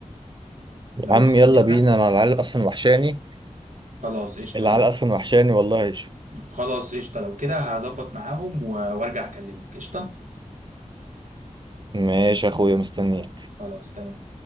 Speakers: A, on the right; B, on the right.
A: يا
B: لو
A: عم
B: جاية
A: يلا
B: منك
A: بينا انا العيال اصلا وحشاني
B: خلاص قشطة
A: العيال
B: لو
A: اصلا وحشاني والله شو.
B: خلاص قشطة لو كده هظبط معاهم و- وارجع أكلمك قشطة
A: ماشي يا اخويا مستنيك
B: خلاص تمام